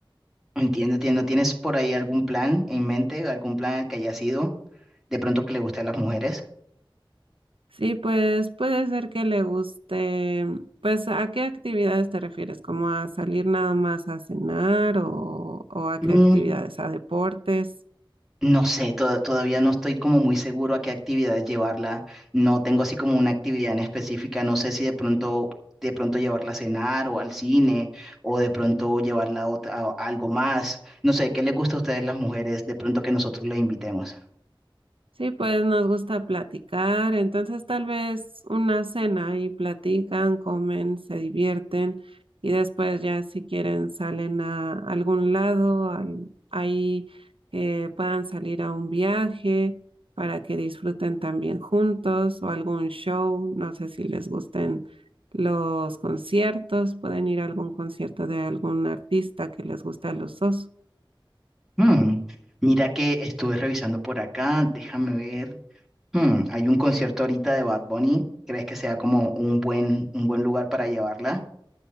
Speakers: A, in the centre; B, on the right.
A: entiendo, tie- ¿no tienes por ahí algún plan en mente, algún plan al que haya sido de pronto que le guste a las mujeres?
B: Sí, pues puede ser que le guste. Pues, ¿a qué actividades te refieres? ¿Como a salir nada más a cenar o, o a qué
A: Mm,
B: actividades? ¿A deportes?
A: no sé, to- todavía no estoy como muy seguro a qué actividad llevarla. No tengo así como una actividad en específica. No sé si de pronto, de pronto llevarla a cenar o al cine o de pronto llevarla a, otra- a algo más. No sé, ¿qué les gusta a ustedes las mujeres de pronto que nosotros les invitemos?
B: Sí, pues nos gusta platicar, entonces tal vez una cena y platican, comen, se divierten y después ya si quieren salen a algún lado, al- ahí que puedan salir a un viaje para que disfruten también juntos o algún show, no sé si les gusten los conciertos, pueden ir a algún concierto de algún artista que les guste a los dos.
A: Mm, mira que estuve revisando por acá, déjame ver. Hmm, hay un concierto ahorita de Bad Bunny. ¿Crees que sea como un buen, un buen lugar para llevarla?